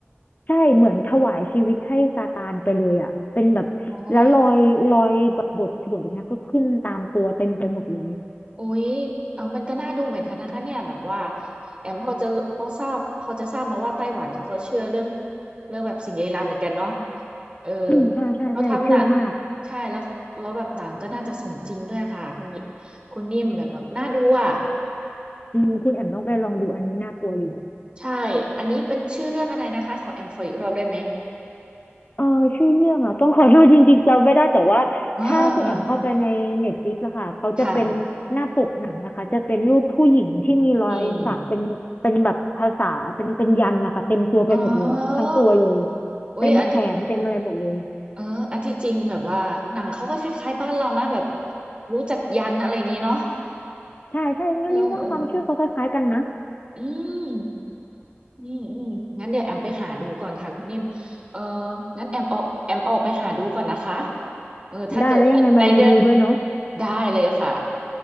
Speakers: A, on the left (about 40°); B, on the right (about 25°).
A: ใช่เหมือนถวายชีวิตให้ซาตานไปเลยอ่ะเป็นแบบแล้วรอยรอยแบบบทสวดอย่างเงี้ยก็ขึ้นตามตัวเต็มไปหมดเลย
B: อ๋อ
A: <coughs>
B: โอ้ยเอามันก็น่าดูเหมือนกันนะคะเนี่ยแบบว่าแอมพอจะพอทราบพอจะทราบมาว่าไต้หวันเขาก็เชื่อเรื่องเรื่องแบบสิ่งลี้ลับเหมือนกันเนาะเออ
A: อืมใช่ใช่ใช่เชื่อมาก
B: เขาทำหนังใช่แล้วแล้วแบบหนังก็น่าจะสมจริงด้วยค่ะคุณคุณนิ่มแบบแบบน่าดูอ่ะ
A: อืมคุณแอมต้องไปลองดูอันนี้น่ากลัวอยู่
B: ใช่อันนี้เป็นชื่อเรื่องอะไรนะคะของแอมขออีกรอบได้ไหม
A: เออชื่อเรื่องอ่ะต้องขอโทษจริงๆจำไม่ได้แต่ว่าถ้าคุณแอมเข้าไปใน
B: เอ๋อเออเออ
A: Netflix อะค่ะเขาจะเป็นหน้าปกหนังนะคะจะเป็นรูปผู้หญิงที่มีรอยสักเป็นเป็นแบบภาษาเป็นเป็นยันต์นะคะเต็มตัวไปหมดเลยทั้งตัวเลย
B: ค่ะอืมอ๋ออุ้ยอันที่
A: เต็มแขนเต็มอะไรหมดเลย
B: เอออันที่จริงแบบว่าหนังเขาก็คล้ายๆบ้านเรานะแบบรู้จักยันอะไรอย่างนี้เนาะ
A: ใช่ใช่งั้นนี่ว่าความเชื่อเขาคล้ายๆกันนะ
B: เออเอออืมอืมอืมงั้นเดี๋ยวแอมไปหาดูก่อนค่ะคุณนิ่มเอองั้นแอมออกแอมออกไปหาดูก่อนนะคะเออถ้าเกิดว่าได้เดิน
A: ได้ได้แล้วยังไงมารีวิวด้วยเนาะ
B: ได้เลยค่ะ